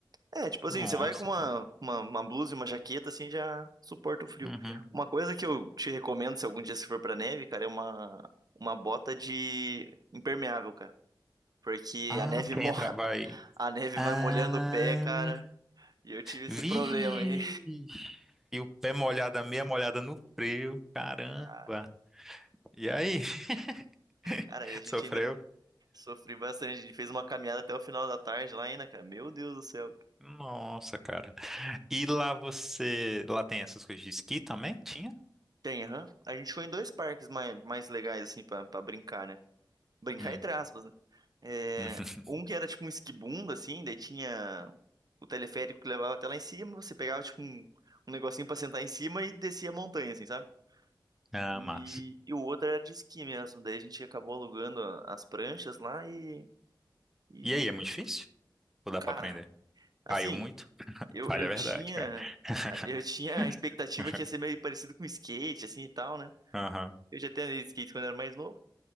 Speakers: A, on the right (about 50°); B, in the centre.
A: É, tipo
B: Nossa,
A: assim, você vai com uma,
B: cara.
A: uma, uma blusa e uma jaqueta, assim, já suporta o frio.
B: Uhum.
A: Uma coisa que eu te recomendo, se algum dia você for pra neve, cara, é uma, uma bota de impermeável, cara. Porque
B: Ah,
A: a neve,
B: porque
A: mo-
B: entra,
A: <laughs>
B: vai.
A: a neve
B: Ah,
A: vai molhando o pé, cara, e eu tive esse
B: vixe.
A: problema aí.
B: E o pé molhado, a meia molhada no frio, caramba.
A: <laughs>
B: E aí, <laughs>
A: Cara, e a gente
B: sofreu?
A: ainda sofreu bastante. A gente fez uma caminhada até o final da tarde lá ainda, cara. Meu Deus do céu.
B: Nossa, cara. E lá você, lá tem essas coisas de esqui também? Tinha?
A: Tem, aham. A gente foi em dois parques mais, mais legais, assim, pra, pra brincar, né? Brincar
B: Hum.
A: entre aspas, né? É,
B: <laughs>
A: um que era tipo um esquibundo, assim, daí tinha o teleférico que levava até lá em cima. Você pegava, tipo, um, um negocinho pra sentar em cima e descia a montanha, assim, sabe?
B: Ah,
A: E,
B: massa.
A: e o outro era de esqui mesmo. Daí a gente acabou alugando a- as pranchas lá e, e
B: E aí, é muito difícil? Ou dá
A: cara.
B: pra aprender?
A: Assim,
B: Caiu muito?
A: Eu,
B: Falha
A: eu
B: a
A: tinha.
B: verdade, cara. <laughs>
A: Eu tinha a expectativa que ia ser meio parecido com skate, assim e tal, né?
B: Aham.
A: Eu já até andei de skate quando era mais novo,